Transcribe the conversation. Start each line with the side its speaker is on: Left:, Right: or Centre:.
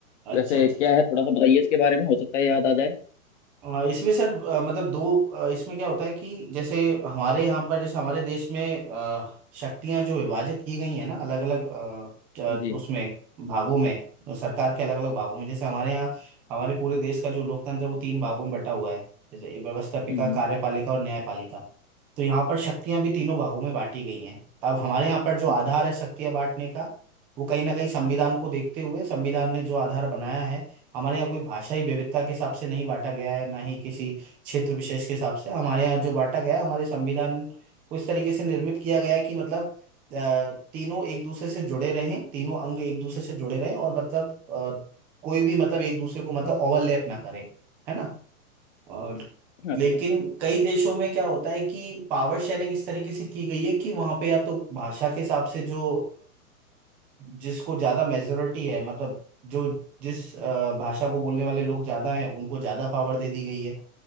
Centre: अच्छा
Left: वैसे
Centre: अच्छा
Left: क्या
Centre: अच्छा
Left: है थोड़ा सा बताइए इसके बारे में हो सकता है याद आ जाए
Centre: अ, इसमें सर अ, मतलब दो अ, इसमें क्या होता है कि जैसे हमारे यहाँ पर जैसे हमारे देश में अ, शक्तियां जो विभाजित की गई है ना अलग अलग
Left: जी
Centre: उसमें भागों में सरकार के अलग अलग भागों में जैसे हमारे यहाँ हमारे पूरे देश का जो लोकतंत्र है वो तीन भागों में बटा हुआ है जैसे व्यवस्थापिका
Left: हम्म
Centre: कार्यपालिका और न्यायपालिका तो यहाँ पर शक्तियां भी तीनों भागों में बांटी गई हैं तो अब हमारे यहाँ पर जो आधार
Left: अच्छा
Centre: है शक्तियां बांटने का वो कहीं ना कहीं संविधान को देखते हुए संविधान ने जो आधार बनाया है हमारे यहाँ कोई भाषाई विविधता के हिसाब से नहीं बांटा गया है ना ही किसी क्षेत्र विशेष के हिसाब से हमारे यहाँ जो बांटा गया है हमारे संविधान को इस तरीके से निर्मित किया गया है कि मतलब अ, तीनों एक दूसरे से जुड़े रहें तीनों अंग एक दूसरे से जुड़े रहें और मतलब अ, कोई भी मतलब एक दूसरे को मतलब ओवरलैप ना करे है ना और
Left: अच्छा
Centre: लेकिन
Left: हम्म
Centre: कई देशों में क्या होता है कि पावर शेयरिंग इस तरीके से की गई है कि वहां पे या तो भाषा के हिसाब से जो जिसको ज्यादा मेजोरिटी है मतलब जो जिस अ, भाषा को बोलने वाले लोग ज्यादा हैं उनको ज्यादा पावर दे दी गई है